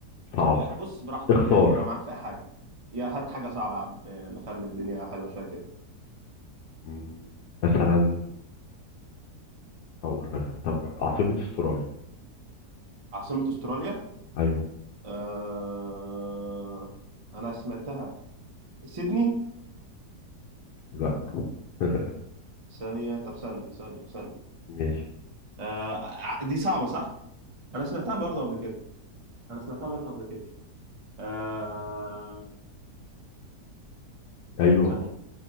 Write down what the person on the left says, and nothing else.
صعب
اختار
مم. مثلا اقول لك طب عاصمه استراليا
ايوه
لا <laughs>
ماشي
ايوه